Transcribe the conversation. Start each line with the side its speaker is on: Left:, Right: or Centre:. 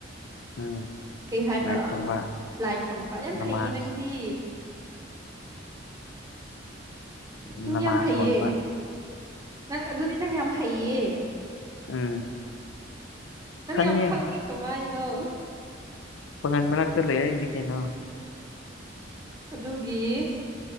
Left: ꯎꯝ
Right: ꯀꯩ ꯍꯥꯏꯕ꯭ꯔꯣ
Left: ꯂꯥꯏ ꯈꯨꯔꯨꯝꯕ
Right: ꯂꯥꯏ ꯈꯨꯔꯨꯝꯕ ꯌꯥꯝ
Left: ꯅꯃꯥꯖ
Right: ꯐꯩꯌꯦ ꯅꯪꯗꯤ ꯅꯪꯗꯤ
Left: ꯅꯃꯥꯖ
Right: ꯌꯥꯝ ꯍꯩꯌꯦ
Left: ꯁꯣꯟꯕ
Right: ꯅꯪ ꯑꯗꯨꯗꯤ ꯅꯪ ꯌꯥꯝ ꯍꯩꯌꯦ
Left: ꯎꯝ
Right: ꯅꯪ
Left: ꯈꯪꯉꯦ
Right: ꯌꯥꯝ ꯈꯪꯉꯤ ꯀꯃꯥꯏꯅꯅꯣ
Left: ꯐꯣꯅꯦꯜ ꯃꯔꯛꯇ ꯂꯩꯌꯦ ꯍꯏꯗꯤ ꯀꯩꯅꯣ
Right: ꯑꯗꯨꯒꯤ